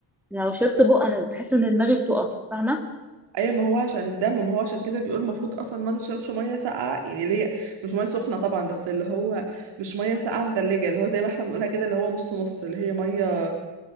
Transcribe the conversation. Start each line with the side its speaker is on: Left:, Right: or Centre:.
Centre: لو شربت بق انا بحس ان دماغي بتقف فاهمة
Right: اي ما هو عشان الدم ما هو عشان كده بيقول المفروض اصلا ما نشربش ميه ساقعه يعني اللي هي مش ميه سخنه طبعا بس اللي هو مش ميه ساقعه متلجه اللي هو زي ما احنا بنقولها كده اللي هو نص نص اللي هي ميه